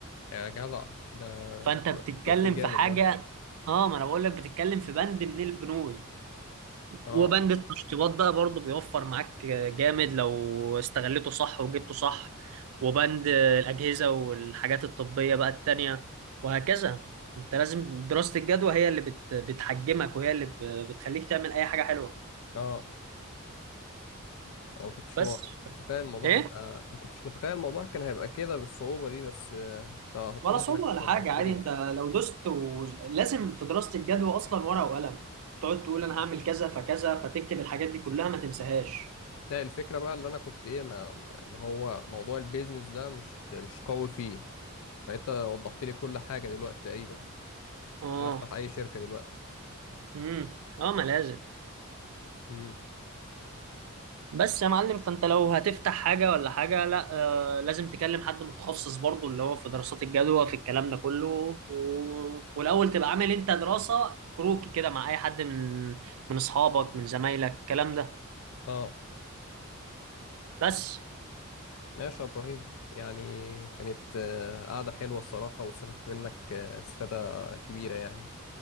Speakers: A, on the left; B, on the right.
A: يا جدع ده
B: فانت بتتكلم
A: توفير جامد
B: في حاجة
A: ده
B: اه ما انا بقول لك بتتكلم في بند من البنود
A: اه
B: وبند التشطيبات ده برضه بيوفر معاك جامد لو استغلته صح وجبته صح وبند الأجهزة والحاجات الطبية بقى التانية وهكذا انت لازم دراسة الجدوى هي اللي بت... بتحجمك وهي اللي ب... بتخليك تعمل أي حاجة حلوة
A: اه انا ما كنتش
B: بس
A: مو- متخيل الموضوع
B: ايه
A: هيبقى ما كنتش متخيل الموضوع كان هيبقى كده بالصعوبة دي بس آه، ط- اتضح
B: ولا صعوبة
A: انك
B: ولا
A: وضحت
B: حاجة عادي
A: لي ال-
B: انت لو دست و... لازم في دراسة الجدوى أصلا ورقة وقلم تقعد تقول أنا هعمل كذا فكذا فتكتب الحاجات دي كلها ما تنساهاش
A: لا الفكرة بقى اللي انا كنت ايه ما... اللي هو موضوع البيزنس ده مش مش قوي فيه فانت وضحت لي كل حاجة دلوقتي تقريبا
B: اه
A: عشان افتح اي شركة دلوقتي
B: امم اه ما لازم
A: امم
B: بس يا معلم فانت لو هتفتح حاجة ولا حاجة لا آه لازم تكلم حد متخصص برضو اللي هو في دراسات الجدوى في الكلام ده كله و... والأول تبقى عامل انت دراسة كروكي كده مع أي حد من من أصحابك من زمايلك الكلام ده
A: اه
B: بس
A: ماشي يا إبراهيم يعني كانت آه، قعدة حلوة الصراحة واستفدت منك آه، استفادة كبيرة يعني